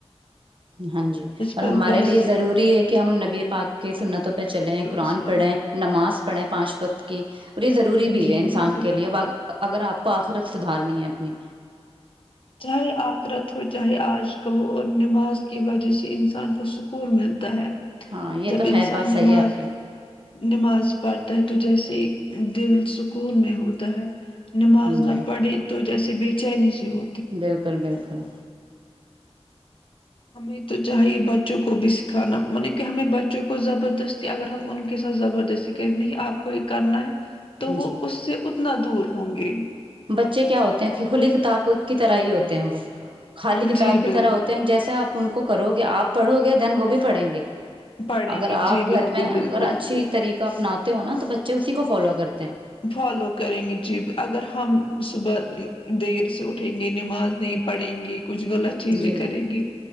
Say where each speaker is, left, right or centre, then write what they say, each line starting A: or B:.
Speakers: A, on the right; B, on the left.
A: ہاں جی اور
B: کل
A: ہمارے
B: بس
A: لیے ضروری ہے کہ ہم نبی پا کے سننا تو چلے قرآن
B: السلام
A: پڑھیں نماز پڑھیں پانچ وقت کی اور یہ ضروری بھی
B: جی
A: ہے انسان
B: بالکل
A: کے لیے اب اگر آپ کو آخرتد ادھارنی ہے اپنی
B: چاہے آخرت ہو چاہے آج کا ہو اور نماز کی وجہ سے انسان کو سکون ملتا ہے
A: ہاں یہ
B: جب
A: تو خیر
B: انسان
A: بات صحیح
B: نماز
A: ہے آپ کی
B: نماز پڑھتا ہے تو جیسے دل سکون میں ہوتا ہے نماز
A: جی
B: نہ پڑ تو جیسے بھی چائنیزی ہو
A: بالکل بالکل
B: ہمیں تو چاہیے بچوں کو بھی سکھانا مطلب کہ ہمیں بچوں کو زبردستی اگر ہم ان کے ساتھ زبردستی کہیں نہیں آپ کو یہ کرنا ہے تو وہ
A: جی
B: اس سے اتنا دور ہوں گے
A: بچے کیا ہوتے ہیں کہ کھلی کتاب کی طرح ہی ہوتے ہیں وہ خالی کتاب
B: جی
A: کی
B: بل
A: طرح ہوتے ہیں جیسے آپ ان کو کرو گے آپ پڑھو گے دین وہ بھی پڑھیں گے
B: پڑھیں
A: اگر
B: گے
A: آپ
B: جی
A: گھر
B: بالکل
A: میں اگر
B: بالکل
A: اچھی طریقہ اپناتے ہو نا تو بچے اسی کو فالو کر کرتے ہیں
B: فالو کریں گے جی اگر ہم صبح دیر سے اٹھیں گے نماز نہیں پڑھیں گے کچھ غلط چیزیں
A: جی
B: کرے گی